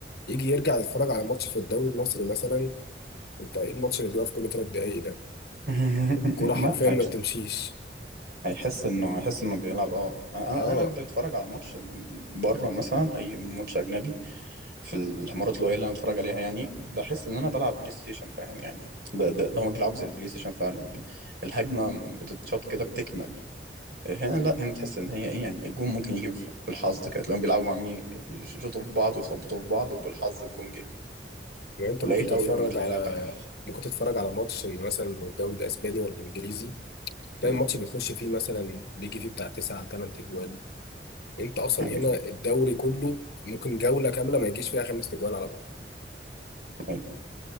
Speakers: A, on the left (about 60°); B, on the right (about 60°).
A: يجي يرجع يتفرج على ماتش في الدوري المصري مثلا انت ايه الماتش اللي بيقف كل ثلاث دقايق ده
B: <laughs>
A: الكوره حرفيا
B: لا هيش-
A: ما بتمشيش
B: هيحس انه هيحس انه بيلعب اه انا
A: اه
B: انا أنا بتفرج على ماتش بره مثلا اي ماتش اجنبي في المرات القليله اللي انا بتفرج عليها يعني بحس ان انا بلعب بلاي ستيشن فاهم يعني ده ده, ده هم بيلعبوا زي البلاي ستيشن فعلا ب- الهجمه بتتشاط كده بتكمل هنا لا هنا تحس ان هي ايه يعني الجون ممكن يجي في- بالحظ كده تلاقيهم بيلعبوا عاملين يشوطوا في بعض ويخبطوا في بعض وبالحظ الجون جه
A: ما انت
B: قليل
A: ممكن تتفرج
B: قوي لما تلاقي
A: على
B: لعبه حلوه
A: ممكن تتفرج على ماتش مثلا من الدوري الاسباني ولا الانجليزي تلاقي
B: مم.
A: الماتش بيخش فيه مثلا بيجي فيه بتاع 9 8 تجوال انت اصلا
B: ايوه
A: هنا الدوري كله ممكن جوله كامله ما يجيش فيها خمس تجوال على بعض
B: ايوه